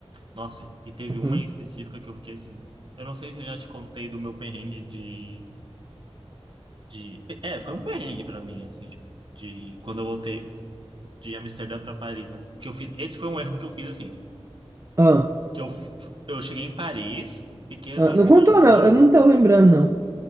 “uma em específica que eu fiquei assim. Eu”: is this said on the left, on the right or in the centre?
Right